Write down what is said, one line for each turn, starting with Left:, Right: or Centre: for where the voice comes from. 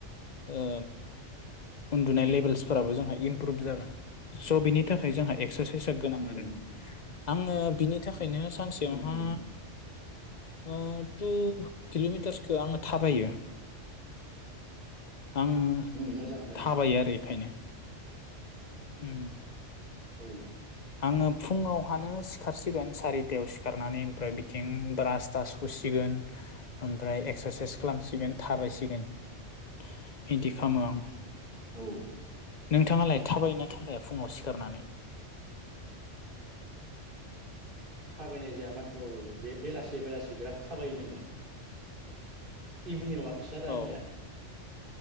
Left: ओ उन्दुनाय लेभेल्सफोराबो जोंहा इमप्रुभ जागोन स' बिनि थाखाय जोंहा एक्सारसाइसआ गोनां
Right: उम
Left: आरो। आङो बिनि थाखायनो सानसेयावहा
Right: उम उम
Left: अह थु किल'मिटार्सखो आङो थाबायो आङो
Right: ओम मोजाङानो।
Left: थाबायो आरो एखायनो। उम।
Right: औ।
Left: आङो फुङावहानो सिखारसिगोन सारिथायाव सि खारनानै ओमफ्राय बिथिं ब्रास थास हुसिगोन ओमफ्राय एक्सारसाइस खालामसिगोन थाबायसिगोन बिदि खामो आं।
Right: औ।
Left: नोंथाङालाय थाबाय
Right: उम
Left: ना थाबाया फुङाव सिखारनानै?
Right: थाबायनाय जाया माथ्र' बे बेलासे बेलासे बिराद थाबायो जोङो।
Left: <inaudible>
Right: इभिनिं वाकसार आंनिया।
Left: औ ओ